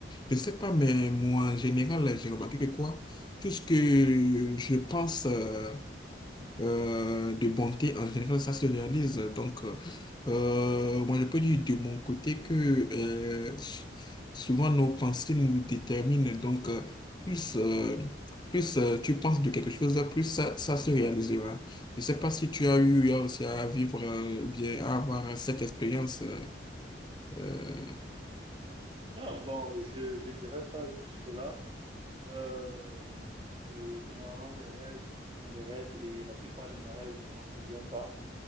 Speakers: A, on the left (about 25°); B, on the right (about 30°).
A: Je sais pas, mais moi, en général, j'ai remarqué que quoi, tout ce que je pense, euh, euh, de bonté, en général, ça se réalise. Donc, euh, euh, moi, je peux dire de mon côté que euh, s- souvent nos pensées nous déterminent. Donc, euh, plus, euh, plus euh, tu penses de quelque chose, plus ça, ça se réalisera. Je ne sais pas si tu as eu euh, aussi à vivre, euh, bien, à avoir cette expérience. euh, euh.
B: Non, bon, je, je dirais pas jusque-là. Euh, euh, généralement, mes rêves sont des rêves et la plupart de mes rêves, je ne m'en souviens pas.